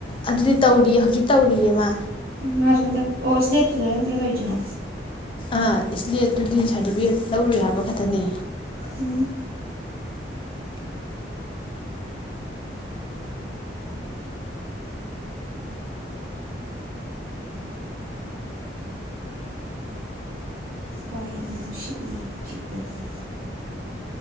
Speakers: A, on the left; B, on the right.
A: ꯑꯗꯨꯗꯤ ꯇꯧꯔꯤꯌꯦ ꯍꯧꯖꯤꯛ ꯇꯧꯔꯤꯌꯦꯃ
B: ꯃꯥꯔꯁ ꯍꯟꯗꯛ ꯑꯣ ꯏꯁ ꯂꯦꯞꯇꯨꯗ ꯅꯠꯇ꯭ꯔ ꯇꯧꯔꯤꯁꯤꯅ
A: ꯑ ꯏꯁꯂꯦꯠꯇꯨꯗꯤ ꯁꯥꯔꯇꯤꯐꯤꯀꯦꯠ ꯂꯧꯔꯨꯏ ꯍꯥꯏꯕ ꯈꯛꯇꯅꯤ
B: ꯍꯝ ꯋꯥꯏ ꯑꯃꯨꯛ ꯁꯤꯠꯂꯤ ꯍꯧꯖꯤꯛꯀꯗꯤ